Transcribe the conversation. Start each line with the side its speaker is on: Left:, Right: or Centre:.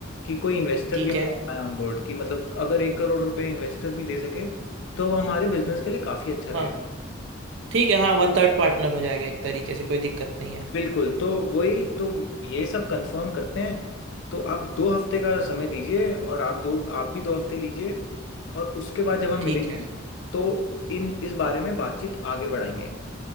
Left: कि कोई इन्वेस्टर
Right: ठीक
Left: भी हम
Right: है
Left: ला पाए ऑन बोर्ड कि मतलब अगर एक करोड़ रुपए इन्वेस्टर भी दे सके तो वो हमारे बिजनेस के लिए काफ़ी अच्छा रहेगा
Right: हाँ ठीक है हाँ वन थर्ड पार्टनर हो जाएगा एक तरीके से कोई दिक्कत नहीं है
Left: बिल्कुल तो वही तो ये सब कंफर्म करते हैं तो आप दो हफ्ते का समय दीजिए और आप दो आप भी दो हफ्ते लीजिए और उसके बाद जब हम
Right: ठीक
Left: मिलेंगे
Right: है
Left: तो इन इस बारे में बातचीत आगे बढ़ाएंगे